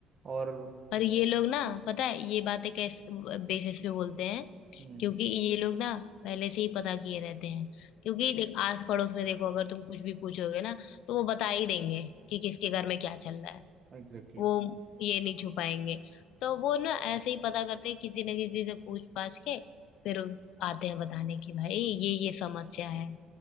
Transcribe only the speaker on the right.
और
Hmm
Exactly